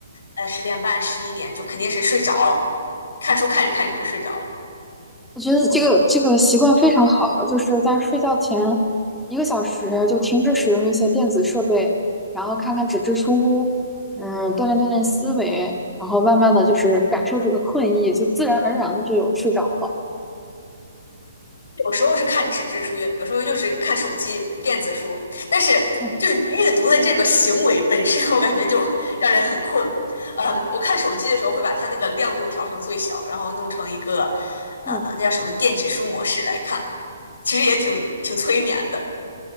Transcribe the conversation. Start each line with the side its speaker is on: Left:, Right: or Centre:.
Left: 呃十点半十一点就肯定是睡着了，看书看着看着就睡着了。
Centre: 我觉得这个这个习惯非常好，就是在睡觉前一个小时就停止使用一些电子设备，然后看看纸质书，嗯，锻炼锻炼思维，然后慢慢的就是感受这个困意，就自然而然的就有睡着了。
Left: 有时候是看纸质书，有时候就是看手机电子书，但是就是阅读的这个行为本身，
Centre: 嗯
Left: 我感觉就让人很困。嗯，我看手机的时候会把它那个亮度调成最小，然后弄成一个呃那叫什么电子书模式来看，
Centre: 嗯，
Left: 其实也挺挺催眠的。